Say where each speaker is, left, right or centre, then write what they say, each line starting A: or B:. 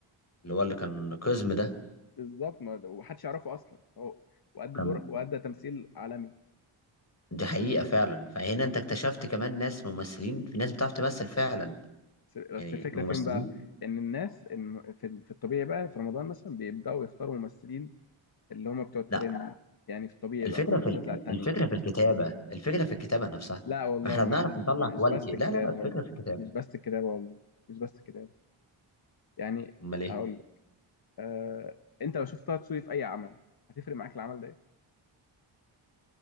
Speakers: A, on the left; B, on the left.
A: اللي هو اللي كان قزم ده
B: بالظبط ما ومحدش يعرفه أصلا هو وأدى
A: كان
B: دور وأدى تمثيل عالمي
A: دي حقيقة فعلا فهنا انت اكتشفت كمان ناس ممثلين في ناس بتعرف تمثل فعلا
B: بس بس
A: يعني
B: الفكرة
A: الممثلين
B: فين بقى؟ إن الناس إن في ال- في الطبيعي بقى في رمضان مثلا بيبدأوا يختاروا ممثلين اللي هم بتوع الترند
A: لا
B: يعني في الطبيعي
A: الفكرة
B: بقى في المسلسلات
A: في ال-
B: لا التانية
A: الفكرة في الكتابة الفكرة في الكتابة نفسها
B: لا والله
A: ما احنا
B: م-
A: بنعرف
B: مش
A: نطلع
B: مش
A: كواليتي
B: بس الكتابة
A: لا لا لا
B: هقول
A: الفكرة
B: لك
A: في الكتابة
B: مش بس الكتابة والله مش بس الكتابة يعني
A: امال ايه
B: أقول لك آه، أنت لو شفت طه دسوقي في أي عمل هتفرق معاك العمل ده إيه؟